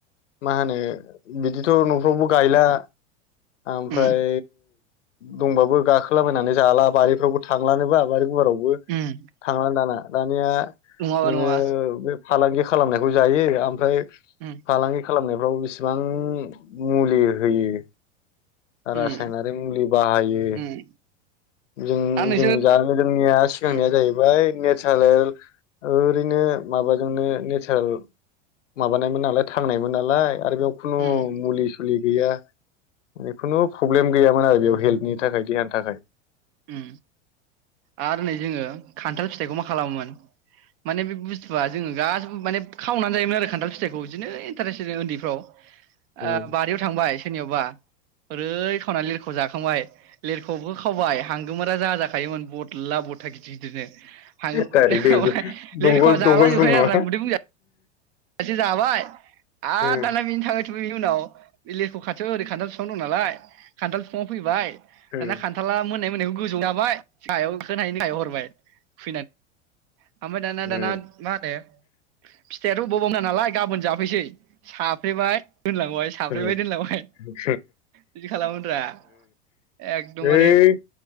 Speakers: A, on the left; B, on the right.
A: मा होनो बिदिथ' न'फ्रावबो गायला ओमफ्राय
B: उम
A: दंबाबो गाखो खोला बायनानै जाला बारिफ्रावबो थांलानोबा बारि गुवाराव बो
B: उम
A: थांलानो दाना दानिया
B: नङाबा
A: नोङो
B: नङा
A: बे फालांगि खालामनायखौ जायो ओमफ्राय
B: उम
A: फालांगि खालामनाय फ्राव बिसेबां मुलि होयो। रासायनारि
B: उम
A: मुलि बाहायो
B: उम
A: जों-जों-जानो
B: आरो नोंसोर
A: जोंनिया
B: उम
A: सिगांनिया जाहैबाय नेस थालेर ओरैनो माबाजोंनो नेसारेल माबानायमोन नालाय थांनायमोन नालाय आरो बेयाव खुनु
B: उम
A: मुलि सुलि गैया जिखुनु फ्रब्लेम गैयामोन आरो बेयाव हेल नि थाखाय देहानि थाखाय
B: उम आरो नै जोङो खान्थाल फिथाइखौ मा खालामोमोन माने बे बुस्थुआ जोङो गासिबो माने खावनानै जायोमोन आरो खान्थाल फिथाइखौ बिदिनो इन्टारेस <unintelligible> उन्दैफ्राव ओ
A: उम।
B: बारियाव थांबाय सोरनियावबा ओरै खावनानै लिरख' जाखांबाय लिरख'बो खावबाय हांगोमोरा जा जाखायोमोन बथला बथ गिदिर गिदिरनो हां
A: डाइरेक्ट
B: <unintelligible> लेरख'
A: दंग'
B: जालां
A: दंग'
B: जोबखायो
A: ज्रुम नङा
B: आरो ना उदै बुंजा <unintelligible> जाबाय आ
A: उम
B: दा बेनो थाङै थु ङै नि नाव बे लेरख' खाथियाव ओरै खान्थाल फिफां दं नालाय खान्थाल फिफाङाव फैबाय दाना
A: उम
B: खान्थाला मोननाय मोननाय गोजौ जाबाय सायाव खोनायनि सायाव हरबाय <unintelligible> ओमफाय दाना दाना
A: उम
B: मा होनो फिथाइआथ' बबाव ना नालाय गाबोन जाफैसै साफ्रेबाय दोनलांबाय साफ्रेबाय
A: उम
B: दोनलांबाय
A: ओ
B: बिदि खालामोब्रा एकदमबारे
A: हैइ